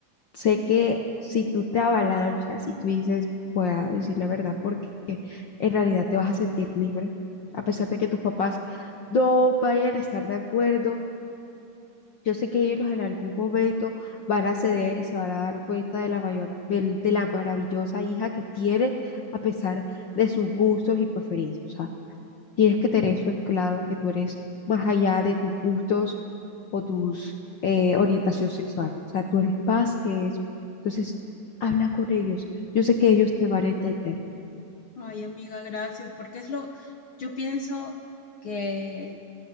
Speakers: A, on the left; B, on the left.
A: Sé que si tú te avalanchas y tú dices, voy a decir la verdad, porque en realidad te vas a sentir libre, a pesar de que tus papás no vayan a estar de acuerdo, yo sé que ellos en algún momento van a ceder y se van a dar cuenta de la mayor, del- de, la maravillosa hija que tiene a pesar de sus gustos y preferencias. Tienes que tener eso en claro que tú eres más allá de tus gustos o tus eh, orientación sexual. O sea, tú eres más que eso. Entonces, habla con ellos. Yo sé que ellos te van a entender.
B: Ay, amiga, gracias, porque es lo, yo pienso que